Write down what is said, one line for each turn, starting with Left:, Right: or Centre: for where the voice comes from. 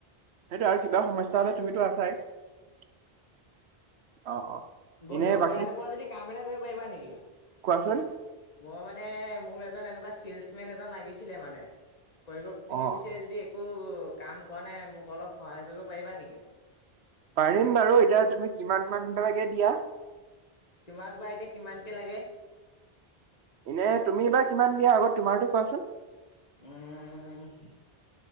Right: সেইটোৱে আৰু কিবা সমস্যা হ'লে তুমিতো আছাই অ', অ'।
Left: বন্ধু
Right: এনে বাকী
Left: বেয়া নোপোৱা যদি কাম এটা কৰিব পাৰিবা নেকি?
Right: কোৱাচোন
Left: মই মানে, মোৰ এজন এনেকুৱা চেলচ মেন এজন লাগিছিলে মানে। কৰিব, তুমি
Right: অ অ
Left: পিছে যদি একো কাম কৰা নাই মোক অলপ সহায় কৰিব পাৰিবা নেকি?
Right: পাৰিম বাৰু, এতিয়া তুমি কিমান মান দিব লাগে দিয়া?
Left: তোমাক বা এতিয়া কিমান কে লাগে?
Right: এনে, তুমি বা কিমান দিয়া আগত তোমাৰতো কোৱাচোন?
Left: উম'।